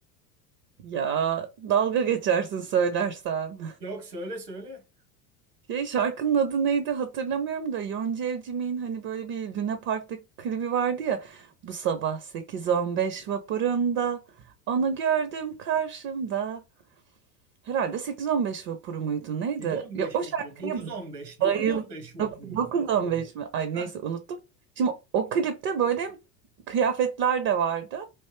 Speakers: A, on the right; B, on the right.
A: Ya dalga geçersin söylersem.
B: Yok söyle söyle.
A: Şey şarkının adı neydi hatırlamıyorum da Yonca Evcimik'in hani böyle bir Luna Park'ta klibi vardı ya. Bu sabah sekiz on beş vapurunda onu gördüm karşımda. Herhalde sekiz on beş vapuru muydu neydi?
B: 7-15
A: Ya o
B: miydi?
A: şarkıya
B: 9-15. 9-15
A: bayıldım.
B: vapuru.
A: dokuz on beş mi? Ay
B: Heh,
A: neyse unuttum. Şimdi o klipte böyle kıyafetler de vardı.